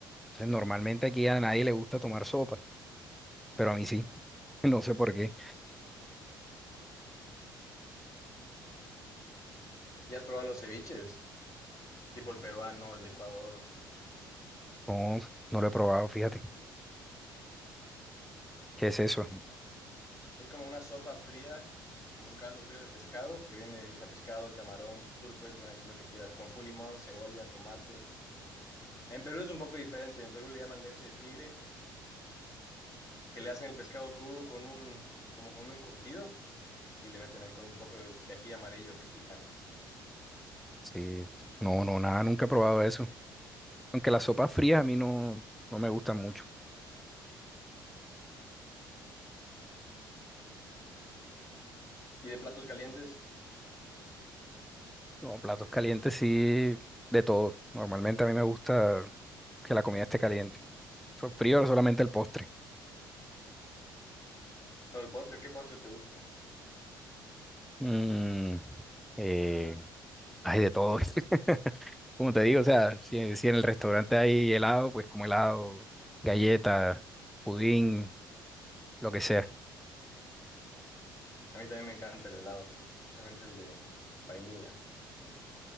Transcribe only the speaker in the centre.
Entonces, normalmente aquí a nadie le gusta tomar sopa, pero a mí sí. <laughs> No sé por qué.
No, no lo he probado, fíjate. ¿Qué es eso?
Sí, no, no, nada, nunca he probado eso. Aunque las sopas frías a mí no, no me gustan mucho.
No, platos calientes sí, de todo. Normalmente a mí me gusta que la comida esté caliente. So- Frío solamente el postre.
Mm, eh, hay de todo. <laughs> Como te digo, o sea, si, si en el restaurante hay helado, pues como helado, galleta, pudín, lo que sea.